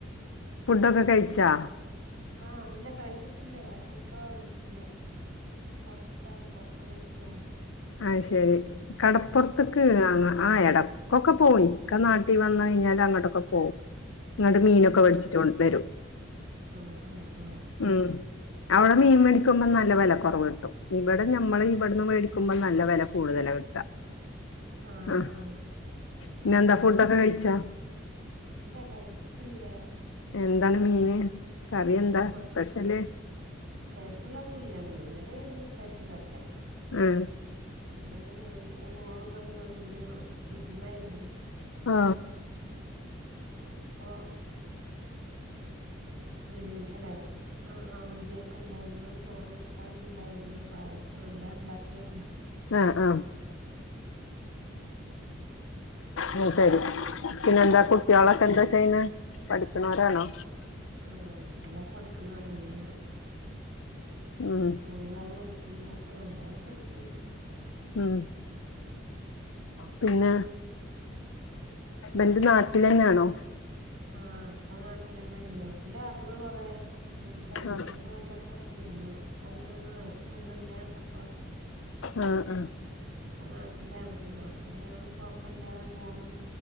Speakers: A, on the left (about 85°); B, on the right (about 75°).
A: ഫുഡൊക്കെ കഴിച്ചാ
B: ആ അല്ല കഴിച്ചിട്ടില്ല അഴക്കന്നിട്ടില്ല പറത്താൻ പറത്ത ത്തയ്ക്ക
A: ആ ശരി കടപ്പുറത്തക്ക് കാന്ന ആ എടയ്ക്കൊക്കെ പോകവും ഇക്കെ നാട്ടിൽ വന്ന കഴിഞ്ഞാൽ അങ്ങോട്ടൊക്കെ പോകവും നിങ്ങട്ട മീനൊക്കെ വടിച്ചിട്ട് വരും
B: ആ ഉ ഉ
A: ഉം അവിടെ മീൻ മേടിക്കുമ്പോ നല്ല വില കുറവ കിട്ടും ഇവിടെ നമ്മ ഇവിടുന്ന് ക്കുമ്പോ നല്ല വില കൂടുതലാ കിട്ടാ
B: ആഹ്
A: ആഹ
B: ആഹ്
A: പിന്നെ
B: അത്
A: എന്താ
B: ശരി
A: ഫുഡൊക്കെ കഴിച്ചാ
B: ഇല്ല കഴിച്ചിട്ടില്ലേ
A: എന്താണ് മീന് കറി എന്താ
B: ആ
A: സ്പെഷ്യല്
B: സ്പെഷ്യലൊന്നുംല്ലന്നലായിരുന്നു സ്പെഷ്യല
A: ആ
B: ഇങ്ങനെ പോ പലെ ഇവിടെ വിരുന്നായിരുന്നു
A: ആ
B: അപ്പൊ ഉ അല്ലേ മന്തിയെക്കെ ഉള്ളന്ന് ചോറ് കൂട്ടാന ഇണ്ടായിരുന്നു പായസം നല്ല ഉണ്ടാക്കിരുന്നു
A: ആ ആ
B: ആ
A: ഉ ശരി പിന്നെന്താ കുട്ടികളെ ഇ എന്താ വെച്ചന്ന് പഠിക്കുന്നവരാണോ
B: ആ കുട്ടികളൊക്കെ പഠിക്കണവരല്ലേല്ലേ
A: ഉം
B: മൂന്നാള് പഠിക്ക പഠിക്കണ്ട എല്ലാരും പഠിക്കണ്ട്
A: ഉം പിന്നെ എന്ത് നാട്ടിൽ തന്നെയാണോ
B: ആ ഇപ്പൊ നാട്ടിലല്ല ഗൾഫിലർന്ന് കൊറെേ പത്തിരേത്
A: ആ
B: കൊല്ലൊക്കെ നിങ്ങപ്പണ്ട ഒന്നും വെച്ചൊന്നും ഇല്ലാണ്ടപ്പൊ
A: ആ ആ
B: നാട്ടിലാണ്പ്പൊ നാട്ടില് കൊഴപ്പില്ലാതെ പോണ്